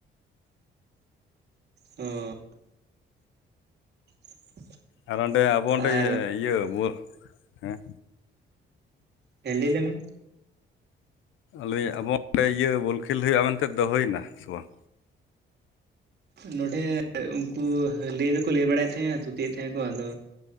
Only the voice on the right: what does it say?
ᱚ <inaudible>
ᱟᱨ
ᱦᱮᱸ ᱞᱟᱹᱭᱞᱮᱢ ᱢᱟ
ᱱᱚᱸᱰᱮ ᱩᱱᱠᱩ ᱞᱟᱹᱭ ᱫᱚᱠᱚ ᱞᱟᱹᱭ ᱵᱟᱲᱟᱭᱮᱫ ᱛᱟᱸᱦᱮᱫ-ᱟ ᱛᱷᱩᱛᱤᱭᱮᱫ ᱛᱟᱸᱦᱮᱜ ᱟᱠᱚ ᱟᱫᱚ